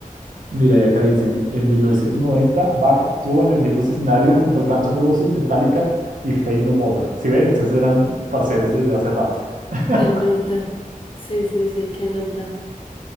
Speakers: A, on the right; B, on the left.
A: Mira, y acá dicen, en 1990, Bach actuó en el mismo escenario junto a Guns N' Roses, Metallica y Faith No More. ¿Sí ven? Entonces eran parceros desde hace rato. <laughs>
B: Qué nota. Sí, sí, sí, qué nota.